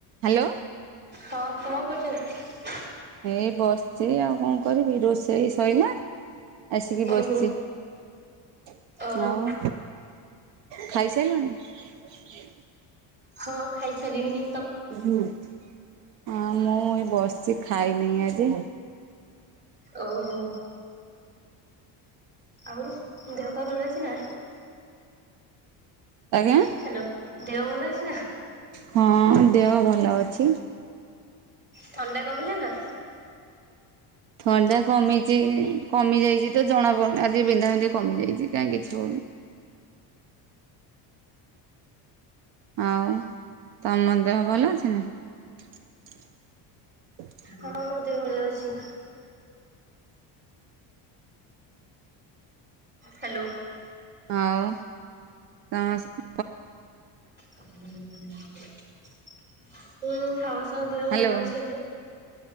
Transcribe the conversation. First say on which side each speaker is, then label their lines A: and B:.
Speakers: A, on the right; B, on the right.
A: ହାଲୋ।
B: ହଁ କଣ କରୁଛୁ।
A: ଏଇ ବସିଛି ଆଉ କଣ। କରିବି ରୋଷ ସୋଇଲା ଆସିକି
B: ଓହୋ
A: ବସିଛି।
B: ଓହୋ
A: ଆଉ ଖାଇସାଇ ଲୁଣି।
B: ହଁ ଖାଇ ସାରିଲିଣି।
A: ନା ମୁଁ ଏଇ ବସିଛି। ଖାଇନି ଆଜି।
B: ଓହୋ ଆଉ ଦେହ ପା ଭଲ ଅଛି ନା?
A: ଆଜ୍ଞା।
B: ହ୍ୟାଲୋ ଦେହ ଭଲ ଅଛି ନା।
A: ହଁ ଦେହ ଭଲ ଅଛି।
B: ଥଣ୍ଡା କମିଲା ନା।
A: ଥଣ୍ଡା କମିଛି କମି ଯାଇଛି ତ ଜଣା ପଡୁନି ଆଜି ବିନ୍ଧା ବିନ୍ଧି କମିଯାଇଛି କାଇଁ କିଛି ହଉନି। <inaudible> ହଁ ତମ ଦେହ ଭଲ ଅଛି ନା? <inaudible>
B: ହଁ ମୋ ଦେହ ଭଲ ଅଛି। ହା ଲୋ।
A: ଆଉ ତମ ସେ <inaudible>
B: ହୁଁ ସମସ୍ତଙ୍କ ଦେହ
A: ହ୍ୟାଲୋ
B: ଭଲ ଅଛି ଏବେ।